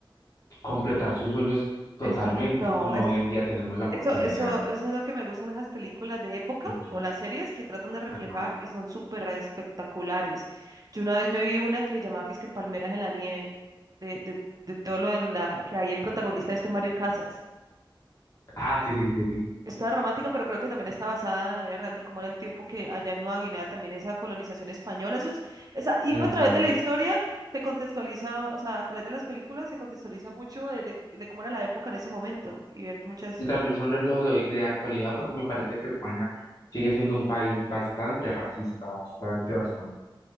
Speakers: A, on the left; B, on the right.
A: completar sus sueños totalmente,
B: exacto,
A: como
B: es
A: hoy
B: que
A: en día tenemos la oportunidad,
B: Eso, eso,
A: ¿no?
B: eso es lo que me gustan esas películas de época
A: Ok,
B: o las series que tratan de reflejar
A: Ajá.
B: y son súper espectaculares. Yo una vez me vi una que llamaba que es que Palmeras en la nieve, de, de, de todo lo de la, que hay el protagonista este Mario Casas.
A: Ah, sí, sí, sí, sí, sí.
B: Es toda romántica, pero creo que también está basada en la vida real de cómo era el tiempo que allá en Nueva Guinea también esa colonización española. Eso es- esa, y
A: Ujú.
B: uno a través de la historia se contextualiza, o sea, a través de las películas se contextualiza mucho de, de, de cómo era la época en ese momento y ver muchas
A: Y también son reflejos de, hoy- de la actualidad porque me parece que España sigue siendo un país bastante racista, bastante, bastante.